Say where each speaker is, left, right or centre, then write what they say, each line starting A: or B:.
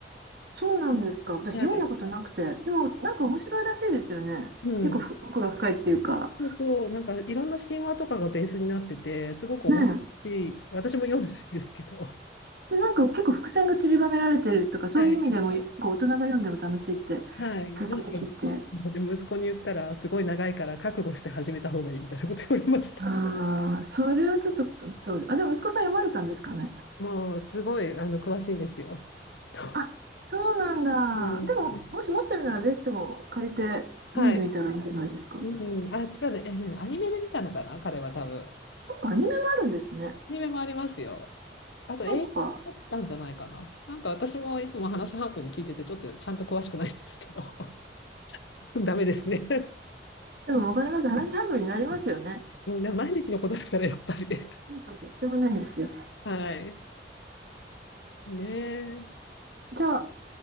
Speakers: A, on the right; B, on the left.
A: そうなんですか。私読んだことなくて。
B: はい、
A: でもなんか面白いらしいですよね。
B: うん
A: 結構ふ奥が深いっていうか。
B: そうそう、なんかいろんな神話とかがベースになってて、すごく面白いし、
A: ねえ。
B: 私も読んでないんですけど、
A: で、なんか結構伏線が散りばめられてるとか、そういう意味でも、
B: はい。
A: こう大人が読んでも楽しいってよ
B: はい、なんか、
A: く聞いて。
B: で息子に言ったら、すごい長いから覚悟して始めた方がいいみたいなこと言われました。
A: ああ、それはちょっと、そう、あ、でも息子さん読まれたんですかね。
B: <laughs> もう、すごい、あの、詳しいんですよ。<laughs>
A: あ、そうなんだ。
B: うん、
A: でも、もし持ってるなら、ぜひとも借りて読んでみたらいいんじゃないですか。
B: はい。
A: な
B: うん、あ、違うね、え、ね、アニメで見たのかな、彼は多分。ア
A: んかアニメもあるんですね。
B: ニメもありますよ。あと、
A: なんか、
B: 映画だったんじゃないかな。なんか私もいつも話半分に聞いてて、ちょっとちゃんと詳しくないんですけど、<laughs> ダメですね。
A: でもわかります。話半分になりますよね。
B: うん、な毎日のことだからやっぱり。<laughs>
A: そうそうそう、しょうがないんですよ。
B: はい。ねえ。
A: じゃあ